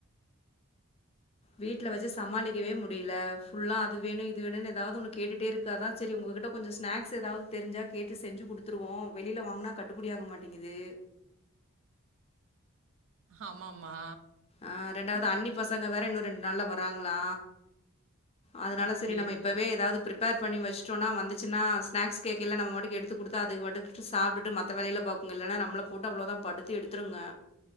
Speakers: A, on the left (about 25°); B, on the right (about 60°).
A: வீட்ல வச்சு சமாளிக்கவே முடில ஃபுல்லா அது வேணும் இது வேணும்னு ஏதாவது ஒன்னு கேட்டுட்டே இருக் க்கு அதான் சரி உங்ககிட்ட கொஞ்சோ ஸ்நாக்ஸ் ஏதாவது தெரிஞ்சா கேட்டு செஞ்சு கொடுத்துருவோம் வெளியில வாங்கனா கட்டுப்படி ஆக மாட்டேங்குது
B: ஆமாம்மா
A: ஆ ரெண்டாவது
B: அ-
A: அன்னி பசங்க வேற இன்னு ரெண்டு நாள்ல வராங்களா அதனால
B: அப்படியா
A: செரி நம்ம இப்பவே ஏதாவது பிரிப் பிப்பர் பண்ணி வச்சுடோம்னா வந்துச்சுா ஸ்நக்ஸ்கேக்கெல்ல நம்ம மாட்டுக்கு எடுத்து குடுத்தா அதுபாட்டு மத்த வேலயில பாக்கும் இங்க இல்லன்னா நமள போட்டு அவ்ளோ தான் படுத்தி எடுத்துருங்க